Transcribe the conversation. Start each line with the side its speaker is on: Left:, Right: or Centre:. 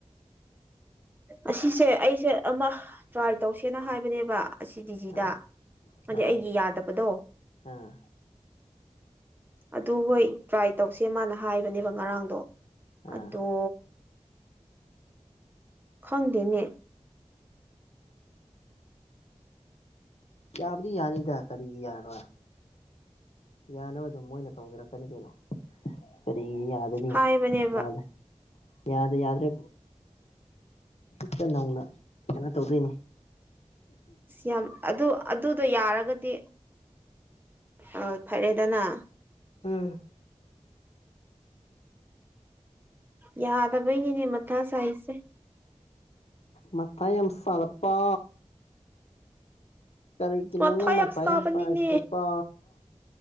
Right: ꯑꯁꯤꯁꯦ ꯑꯩꯁꯦ ꯑꯃ ꯇ꯭ꯔꯥꯏ ꯇꯧꯁꯦꯅ ꯍꯥꯏꯕꯅꯦꯕ ꯑꯁꯤꯗꯤ ꯁꯤꯗ
Left: ꯑꯥ
Right: ꯍꯥꯏꯗꯤ
Left: ꯑꯥ
Right: ꯑꯩꯒꯤ ꯌꯥꯗꯕꯗꯣ
Left: ꯑꯥ
Right: ꯑꯗꯨ ꯍꯣꯏ ꯇ꯭ꯔꯥꯏ ꯇꯧꯁꯦ ꯃꯥꯅ ꯍꯥꯏꯕꯅꯦꯕ ꯉꯔꯥꯡꯗꯣ
Left: ꯑꯥ
Right: ꯑꯗꯣ ꯈꯪꯗꯅꯦ
Left: ꯌꯥꯕꯨꯗꯤ ꯌꯥꯅꯤꯗ ꯀꯔꯤ ꯌꯥꯔꯣꯏ ꯌꯥꯅꯕ ꯑꯗꯨꯝ ꯃꯣꯏꯅ ꯇꯧꯖꯔꯛꯀꯅꯤ ꯀꯩꯅꯣ ꯗꯤ ꯌꯥꯗꯅꯤ
Right: ꯍꯥꯏꯕꯅꯦꯕ
Left: ꯌꯥꯗ ꯌꯥꯗ ꯌꯥꯗ꯭ꯔꯦ ꯍꯤꯛꯇ ꯅꯧꯅ ꯀꯩꯅꯣ ꯇꯧꯗꯣꯏꯅꯤ
Right: ꯁ꯭ꯝ ꯑꯗꯨ ꯑꯗꯨꯗꯣ ꯌꯥꯔꯒꯗꯤ ꯑ ꯐꯔꯦꯗꯅ
Left: ꯎꯝ
Right: ꯌꯥꯗꯕꯩ ꯌꯦꯅꯦ ꯃꯊ ꯁꯥꯏꯁꯦ
Left: ꯃꯠꯇꯥꯏꯦꯝꯁꯂꯄꯥ ꯀꯔꯤ ꯀꯅ
Right: ꯃꯊꯥ
Left: ꯃ ꯃꯇꯝꯥꯏ
Right: ꯁꯥꯕꯅꯤꯅꯦ
Left: ꯌꯥꯝ ꯁꯥꯏꯁꯤꯄꯥ